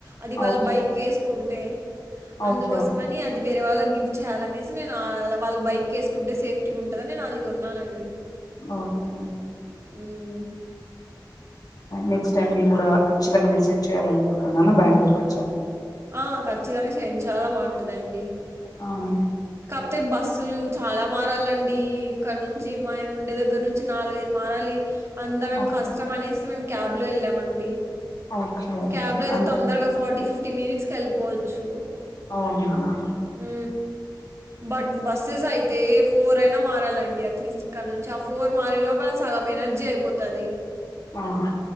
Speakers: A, on the right; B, on the left.
A: అది వాళ్ళ
B: ఓకే
A: బైక్ ఏసుకుంటే
B: ఓకే
A: అందుకోసం
B: ఓకే
A: అని అది వేరే వాళ్ళకి గిఫ్ట్ చాలనేసి నేను వాళ్ళ బైక్ ఏసుకుంటే సేఫ్టీ ఉంటదని నేను అది కొన్నానండి
B: ఓకే
A: హ్మ్
B: నెక్స్ట్ టైమ్ నేను గుడా ఖచ్చితంగా విజిట్ చేయాలి అనుకుంటున్నాను బెంగళూరుకి కొచ్చా
A: ఆ ఖచ్చితంగా చేయండి చాలా బాగుంటందండి
B: అవునా
A: కప్ అయితే బస్సులు చాలా మారాలండి ఇక్కడ నుంచి మాయమ ఉండే దగ్గర నుంచి నాలుగైదు మారాలి అంతా మేము
B: ఓకే
A: కష్టం అనేసి మేము క్యాబ్ లో ఎళ్ళామండి
B: ఓకే ఓకే
A: క్యాబ్ లో అయితే
B: అంటే
A: తొందరగా ఫార్టీ ఫిఫ్టీ మినిట్స్ కి ఎళ్ళిపోవచ్చు
B: ఆవున్
A: ఊ బట్ బస్సెస్ అయి తే ఫోర్ అయినా మారాలండి అట్లీస్ట్ ఇక్కడ నుంచి ఆ ఫోర్ మారే లోపల సగం ఎనర్జీ అయిపోతది.
B: ఆహా